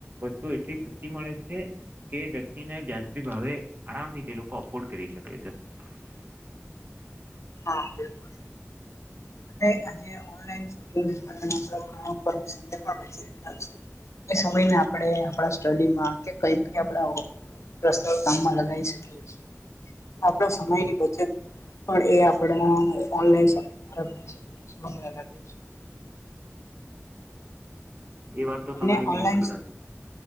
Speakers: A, on the right; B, on the left.
A: વસ્તુ એટલી સસ્તી મળે છે કે વ્યક્તિને વ્યાજબી ભાવે આરામથી તે લોકો અફોર્ડ કરી શકે છે <inaudible>
B: હા બિલકુલ આજે ઓનલાઈન છે આપ ઘણા સમય પણી છે એ સમયને આપણે આપણા સ્ટડીમાં કે કઈ આપડા પર્સ કામ મા લગાવી સક્યે છે આપણા સમયની બચત પણ એ પણ આ ઓનલાઇન <inaudible>
A: એ વાત તો
B: અને
A: તમારી
B: ઓનલાઈન
A: બિલકુલ સાચી